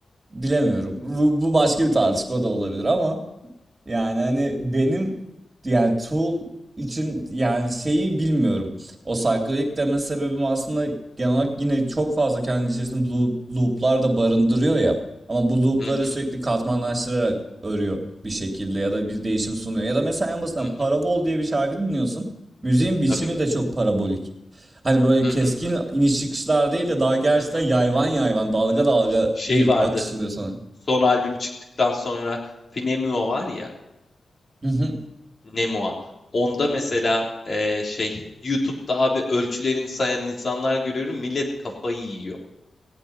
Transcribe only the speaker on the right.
bilemiyorum bu, bu başka bir tartışma da olabilir ama Yani hani benim yani Tool için yani şeyi bilmiyorum. O cyclic deme sebebim aslında genel olarak yine çok fazla kendi içerisinde loo- looplar da barındırıyor ya. Ama bu loopları
sürekli katmanlaştırarak örüyor bir şekilde ya da bir değişim sunuyor. Ya da mesela en basitinden
Parabol
diye bir şarkı dinliyorsun. Müziğin biçimi
de çok parabolik. Hani böyle
keskin
iniş çıkışlar değil de daha gerçekten
yayvan yayvan dalga
dalga
bir
akış sunuyor sana.
<laughs>